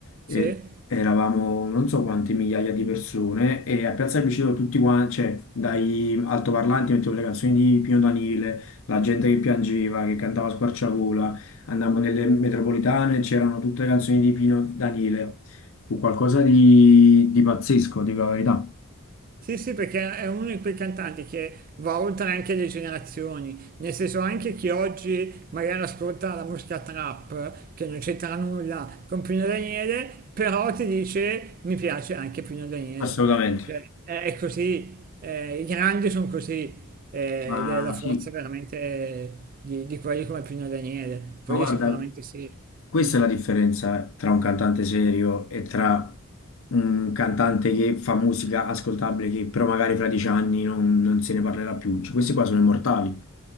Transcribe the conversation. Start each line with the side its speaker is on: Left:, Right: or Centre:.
Left: e
Right: Sì?
Left: eravamo non so quante migliaia di persone e a Piazza Plebiscito tutti quanti, cioè dai altoparlanti mettevo le canzoni di Pino Daniele, la gente che piangeva, che cantava a squarciagola, andavamo nelle metropolitane, c'erano tutte le canzoni di Pino Daniele, fu qualcosa di, di pazzesco, dico la verità.
Right: Sì, sì, perché è uno di quei cantanti che va oltre anche le generazioni, nel senso anche chi oggi magari ascolta la musica trap, che non c'entra nulla con Pino Daniele, però ti dice mi piace anche Pino Daniele.
Left: Assolutamente.
Right: Cioè, è, è così, eh, i grandi sono così, eh,
Left: Ma
Right: ed è la forza
Left: sì,
Right: veramente di, di quelli come Pino Daniele,
Left: ma
Right: quelli
Left: guarda,
Right: sicuramente sì.
Left: questa è la differenza tra un cantante serio e tra un cantante che fa musica ascoltabile che però magari fra dieci anni non, non se ne parlerà più. Cioè, questi qua sono immortali.